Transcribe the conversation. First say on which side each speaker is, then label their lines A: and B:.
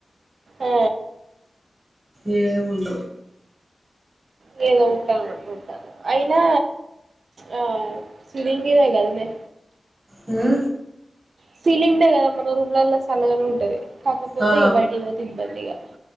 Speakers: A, on the right (about 75°); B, on the right (about 30°).
A: ఆ
B: ఏముండ
A: లేదో ఉంటాన అనమాట ఉంటాను అయినా ఆ సిరింగదే కదనే
B: ఆ
A: సీలింగ్రే కదా మన రూమ్లలో చల్లగానే ఉంటది కాకపోతే
B: ఆ
A: ఇ బయట ఇవ తింద బందగా